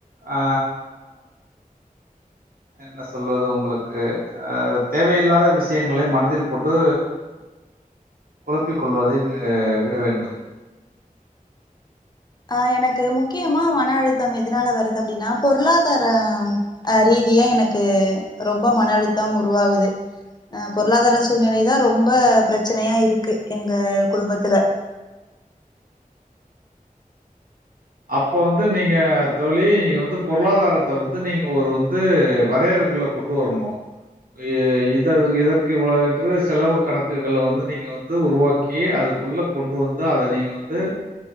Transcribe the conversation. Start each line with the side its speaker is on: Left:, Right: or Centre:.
Right: ஆ என்ன சொல்வது உங்களுக்கு அ தேவையில்லாத விஷயங்களை மனதில் போட்டு குழப்பிக் கொள்வதை ஆ விட வேண்டும்
Left: ஆ எனக்கு முக்கியமா மன அழுத்தம் எதனால வருது அப்டினா பொருளாதார அ ரீதியா எனக்கு ரொம்ப மன அழுத்தம் உருவாவுது அ பொருளாதார சூழ்நிலைதா ரொம்ப ப்ரச்னையாருக்கு எங்க குடும்பத்துல
Right: அப்ப வந்து நீங்க தோழி நீங்க வந்து பொருளாதாரத்த வந்து நீங்க ஒரு வந்து வரையறுக்குள்ள கொண்டு வரணு இ இதற் இதற்கு இவ்ளோ என்று செலவு கணக்குகள வந்து நீங்க வந்து உருவாக்கி அதுக்குள்ள கொண்டு வந்து அத நீங்க வந்து